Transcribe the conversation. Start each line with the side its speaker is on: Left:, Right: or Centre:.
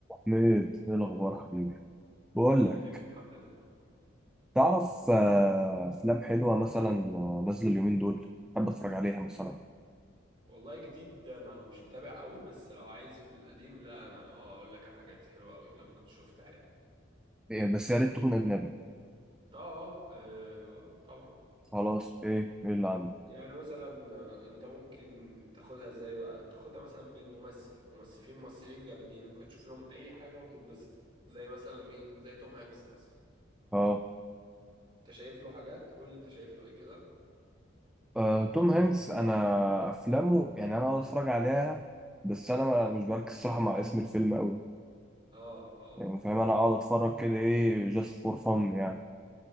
Centre: ميد ايه الاخبار حبيبي بقول
Right: حبيبي
Centre: لك
Right: حبيبي الحمد لله
Centre: تعرف آه، افلام حلوه مثلا آه، نازله اليومين دول حابب اتفرج عليها مثلا
Right: والله جديد انا مش متابع قوي بس لو عايز في القديم لا انا اه اقول لك على حاجات حلوه قوي لو ما كنت شفتها يعني
Centre: إيه، بس يا ريت تكون اجنبي
Right: اه اه اه آه، طبعا
Centre: خلاص ايه ايه اللي عندك
Right: يعني مثلا آه، انت ممكن تاخدها ازاي بقى تاخدها مثلا بالممثل ممثل في ممثلين جامدين ممكن تشوف لهم اي حاجه وتتبسط زي مثلا مين زي توم هانكس مثلا
Centre: اه
Right: انت شايف له حاجات قول لي انت شايف له ايه كده
Centre: آه، توم هانكس انا افلامه يعني انا اقعد اتفرج عليها بس انا ما- مش بركز صراحه مع اسم الفيلم قوي
Right: اه اه
Centre: يعني فاهم انا اقعد اتفرج كده ايه جاست فور فن يعني